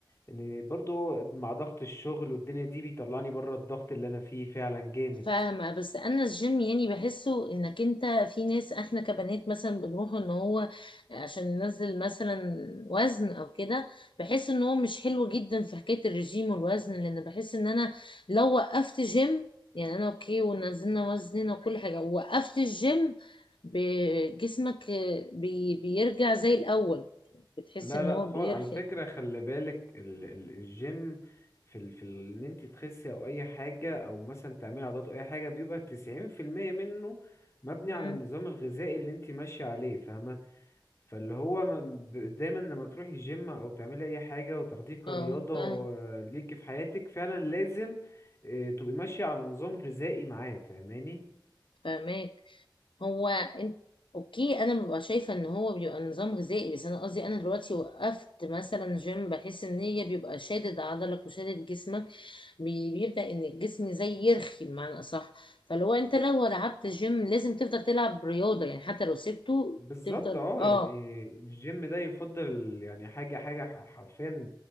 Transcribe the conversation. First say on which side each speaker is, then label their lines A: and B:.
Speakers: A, on the left (about 35°); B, on the left (about 80°).
A: ان برضو مع ضغط الشغل والدنيا دي بيطلعني بره الضغط اللي انا فيه فعلا جامد
B: فاهمة بس أنا الجيم يعني بحسه إنك أنت في ناس إحنا كبنات مثلا بنروح إن هو عشان ننزل مثلا وزن أو كده بحس إن هو مش حلو جدا في حكاية الرجيم والوزن لأن بحس إن أنا لو وقفت جيم يعني أنا أوكي ونزلنا وزننا وكل حاجة ووقفت الجيم ب- جسمك بي بيرجع زي الأول بتحس
A: لا
B: إن
A: لا
B: هو
A: خالص
B: بيرخي
A: على فكرة خلي بالك ال ال الجيم في ال في ال- ان انت تخسي او اي حاجة او مثلا تعملي عضلات او اي حاجة بيبقى تسعين في المية منه مبني
B: مم.
A: على النظام الغذائي اللي انت ماشية عليه فاهمة فاللي هو ما- ب- دايما لما تروحي الجيم او تعملي اي حاجة وتاخديه كرياضة
B: اه فاهم
A: آه، ليكي في حياتك فعلا لازم آه، تبقي ماشية على نظام غذائي معاه فاهماني
B: فاهمك هو انت اوكي انا ببقى شايفه ان هو بيبقى نظام غذائي بس انا قصدي انا دلوقتي وقفت مثلا جيم بحس ان هي بيبقى شادد عضلك وشادد جسمك بي- بيبدا ان الجسم زي يرخي بمعنى اصح فلو انت لو لعبت جيم لازم تفضل تلعب رياضه يعني حتى لو سبته
A: بالظبط
B: تفضل
A: اه
B: اه
A: يعني الجيم ده يفضل يعني حاجة حاجة ح- حرفيا